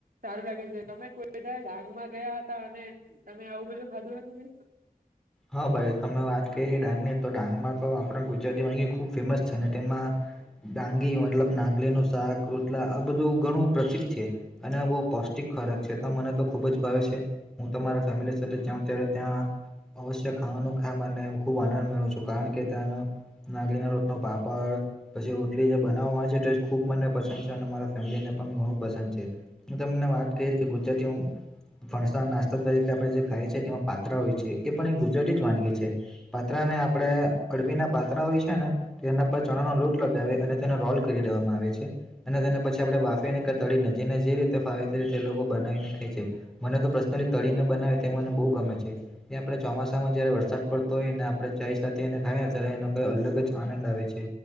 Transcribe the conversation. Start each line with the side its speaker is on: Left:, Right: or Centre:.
Right: સારું તમે કોઈ ડાંગમાં ગયા હતા અને તમે આવું બધું ખાધું હતું કે
Centre: હા ભાઈ તમે વાત કરી ડાંગ ની તો ડાંગમાં તો આપણે ગુજરાતી વાનગી ખૂબ ફેમસ છે ને તેમાં ડાંગી મતલબ નાગલી નું શાક રોટલા આ બધું ઘણું પ્રસિદ્ધ છે અને બો પૌષ્ટિક ખોરાક છે તો મને તો ખુબ જ ભાવે છે હું તો મારા ફેમિલી સાથે જાઉ ત્યારે ત્યાં અવશ્ય ખાવાનુ ખામ અને ખૂબ આનંદ મેળવું છું કારણ કે ત્યાંનો નાગલીના લોટ નો પાપડ પછી રોટલી જે <unintelligible> આવે છે તે ખુબ મને પસંદ છે અને મારા ફેમિલીને પણ ઘણું પસંદ છે હમ્મ ને વાત કરી કે ગુજરાતી ફણસા નાસ્તા તરીકે આપણે જે ખાઈએ છે તેમાં પાત્રા હોય છે એ પણ એક ગુજરાતી જ વાનગી છે પાત્રા ને આપણે <unintelligible> પાત્રા હોય છે ને તો એના પર ચણા લોટ લગાવે અને તેનો રોલ કરી દેવામાં આવે છે અને તેને પછી આપણે બાફીને કે તળી ને જેને જે રીતે ફાવે તે લોકો બનાવીને ખાય છે મને તો પર્સનલી તળીને બનાવે તે મને બો ગમે છે એ આપણે ચોમાસામાં જયારે વરસાદ પડતો હોય ને આપણે ચાય સાથે એને ખાયએ ત્યારે એનો કઈ અલગ જ આનંદ આવે છે